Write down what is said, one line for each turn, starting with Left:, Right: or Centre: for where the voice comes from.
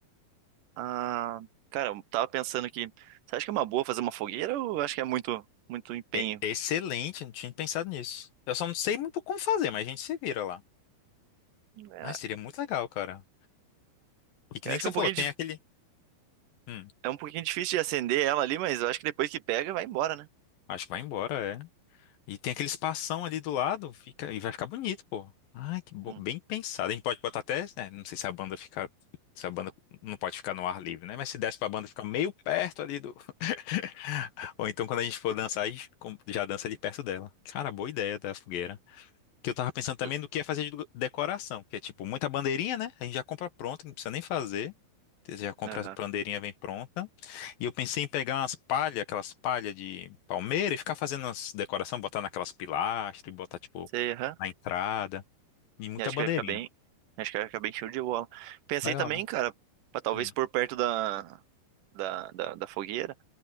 Right: Ah, cara, eu tava pensando que. Você acha que é uma boa fazer uma fogueira ou acho que é muito, muito empenho?
Left: É excelente, não tinha pensado nisso. Eu só não sei muito como fazer, mas a gente se vira lá.
Right: É,
Left: Mas seria muito legal, cara. E que
Right: eu
Left: nem
Right: acho
Left: que
Right: que
Left: você
Right: é um
Left: falou,
Right: pouquinho,
Left: tem
Right: dif-
Left: aquele. Hum,
Right: é um pouquinho difícil de acender ela ali, mas eu acho que depois que pega, vai embora, né?
Left: acho que vai embora, é. E tem aquele espação ali do lado, fica e vai ficar bonito, pô. ah que bom,
Right: Hum,
Left: bem pensado. A gente pode botar até, né, não sei se a banda fica, se a banda não pode ficar no ar livre, né? Mas se desse pra banda ficar meio perto ali do, <laughs> ou então quando a gente for dançar, a gente com- já dança ali perto dela. Cara, boa ideia da fogueira que eu tava pensando
Right: fica-
Left: também no que ia fazer de do- decoração, que é tipo muita bandeirinha, né? A gente já compra pronta, não precisa nem fazer. Você já compra
Right: Aham.
Left: a bandeirinha, vem pronta. E eu pensei em pegar umas palhas, aquelas palhas de palmeira e ficar fazendo as decoração, botar naquelas pilastras e botar tipo
Right: Sei, aham.
Left: na entrada. E muita
Right: E acho
Left: bandeirinha.
Right: que vai ficar bem. Acho que vai ficar bem show de bola. Pensei
Left: Legal,
Right: também,
Left: né?
Right: cara, pra talvez
Left: Hum.
Right: pôr perto da, da, da da fogueira.